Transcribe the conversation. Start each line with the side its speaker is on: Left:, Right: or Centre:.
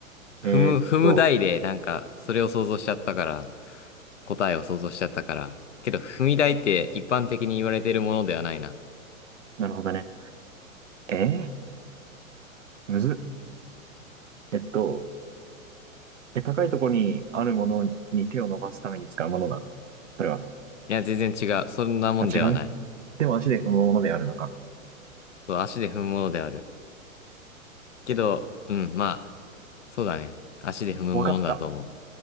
Right: えーっと、
Left: 踏む、踏む台で、なんか、それを想像しちゃったから、答えを想像しちゃったから。けど、踏み台って一般的に言われてるものではないな。
Right: なるほどね。えー、むずっ。えっと、え、高いところにあるものに手を伸ばすために使うものなのそれは。
Left: いや、全然違う。そんなもんではない。
Right: あ、違うでも足で踏むものであるのか。
Left: そう、足で踏むものである。けど、うん、まあ、そうだね。足で踏むものだと思
Right: わかった。